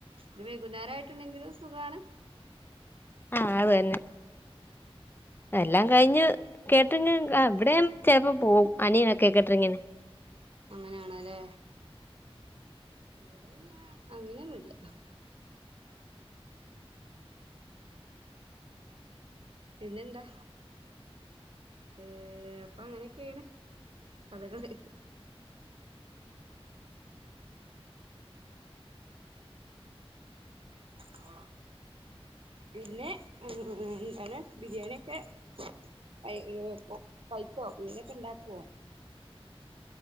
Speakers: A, on the right; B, on the left.
A: ഇനി വൈകുന്നേരയിട്ടുണ്ടെങ്കിലും സുഖാണ്
B: ആഹ് അതന്നെ എല്ലാം കഴിഞ്ഞ് <inaudible> എവിടെയും ചെിലപ്പം പോവും അനിയനൊക്കെ കേറ്ററിംഗിന്
A: അങ്ങനെയാണ് ല്ലേ ഇവിടെ പിന്നെ അങ്ങനെയൊന്നുല്ല പിന്നെന്താ ഏഹ് അപ്പൊ അങ്ങനെയൊക്കെയാണ് കഥകള് മ്മാ പിന്നെ എന്താണ് ബിരിയാണിയൊക്കെ <unintelligible> പൈച്ചോ ബിരിയാണിയൊക്കെ ഉണ്ടാക്കോ